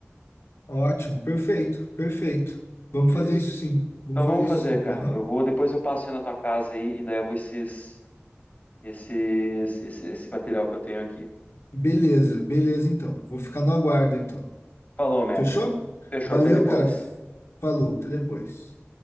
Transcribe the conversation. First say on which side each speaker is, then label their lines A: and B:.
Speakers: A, on the left; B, on the left.
A: Ótimo, perfeito, perfeito. Vamos
B: Beleza?
A: fazer isso sim. Vamos
B: Então
A: fazer
B: vamos
A: isso
B: fazer,
A: sim.
B: cara.
A: Aham.
B: Eu vou, depois eu passo aí na tua casa aí e levo esses, esses, esse, esse material que eu tenho aqui.
A: Beleza, beleza então. Vou ficar no aguardo então.
B: Falou, man.
A: Fechou?
B: Fechou,
A: Valeu,
B: até depois.
A: cara. Falou, até depois.